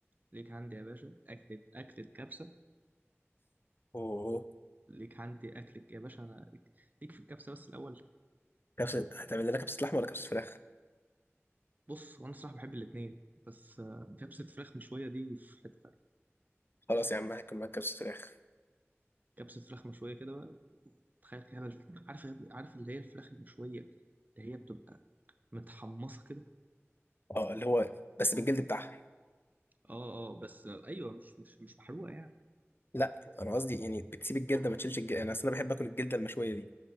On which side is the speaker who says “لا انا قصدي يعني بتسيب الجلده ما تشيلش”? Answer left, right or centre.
Left